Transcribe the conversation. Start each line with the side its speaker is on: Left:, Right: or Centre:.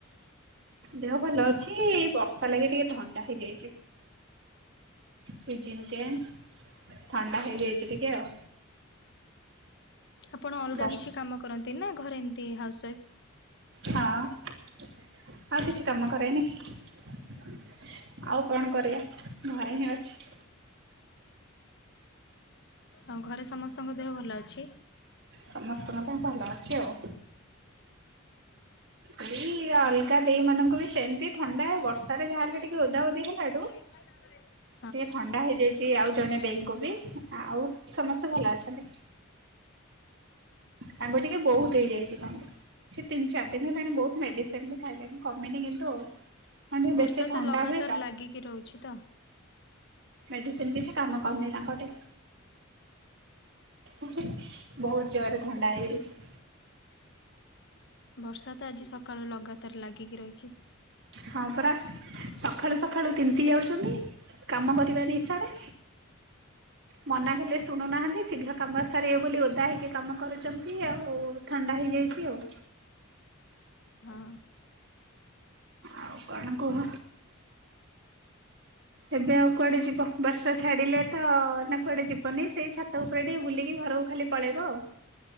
Right: ଦେହ ଭଲ ଅଛି ବର୍ଷା ଲାଗି ଟିକେ ଥଣ୍ଡା ହେଇଯାଇଛି। ସିଜିନ ଚେଞ୍ଜ ଥଣ୍ଡା ହେଇଯାଇଛି ଟିକେ ଆଉ।
Left: ଆପଣ ଅଲଗା
Right: ବର୍ଷ
Left: କିଛି କାମ କରନ୍ତି ନା ଘରେ ଏମତି ହାଉସ୍ ୱାଇଫ?
Right: ହଁ ଆଉ କିଛି କାମ କରେନି। ଆଉ କଣ କରିବା ଘରେ ହିଁ ଅଛି।
Left: ଆଉ ଘରେ ସମସ୍ତଙ୍କ ଦେହ ଭଲ ଅଛି?
Right: ସମସ୍ତଙ୍କ ଦେହ ଭଲ ଅଛି ଆଉ। ଏଇ ଅଲଗା ଦେଇ ମାନଙ୍କୁ ବି ସେମିତି ଥଣ୍ଡା ବର୍ଷାରେ ଯାହା ହେଲେ ଟିକେ ଓଦା ଓଦି ହେଲାଠୁ।
Left: <inaudible>
Right: ଟିକେ ଥଣ୍ଡା ହେଇଯାଇଛି ଆଉ ଜଣେ ଦେଇଙ୍କୁ ବି ଆଉ ସମସ୍ତେ ଭଲ ଅଛନ୍ତି। ତାଙ୍କୁ ଟିକେ ବହୁତ ହେଇଯାଇଛି ଥଣ୍ଡା। ସେ ତିନି ଚାରି ଦିନ ହେଲାଣି ବହୁତ ମେଡିସିନ ବି ଖାଇଲେଣି କମିନି କିନ୍ତୁ ଆଉ। ହଁ ଟିକେ
Left: ବର୍ଷା
Right: ବେଶୀ ଥଣ୍ଡା
Left: ତ ଲଗାତାର
Right: ହୁଏ ତ
Left: ଲାଗିକି ରହୁଛି ତ।
Right: ମେଡିସିନ ବି କିଛି କାମ କରୁନି ତାଙ୍କଠେ। ବହୁତ ଜୋରରେ ଥଣ୍ଡା ହେଇଯାଇଛି।
Left: ବର୍ଷା ତ ଆଜି ସକାଳୁ ଲଗାତାର ଲାଗିକି ରହିଛି।
Right: ହଁ ପରା ସଖାଳୁ ସଖାଳୁ ତିନ୍ତି ଯାଉଛନ୍ତି। କାମ କରିବା ନିଶାରେ। ମନା କଲେ ଶୁଣୁନାହାନ୍ତି ଶୀଘ୍ର କାମ ସାରିବେ ବୋଲି ଓଦା ହୋଇକି କାମ କରୁଛନ୍ତି ଆଉ। ଥଣ୍ଡା ହେଇଯାଇଛି ଆଉ।
Left: ହଁ।
Right: ଆଉ କଣ କୁହ? ଏବେ ଆଉ କୁଆଡେ ଯିବ ବର୍ଷା ଛାଡ଼ିଲେ ତ ନା କୁଆଡେ ଯିବନି ସେଇ ଛାତ ଉପରେ ଟିକେ ବୁଲିକି ଘରକୁ ଖାଲି ପଳେଇବ ଆଉ।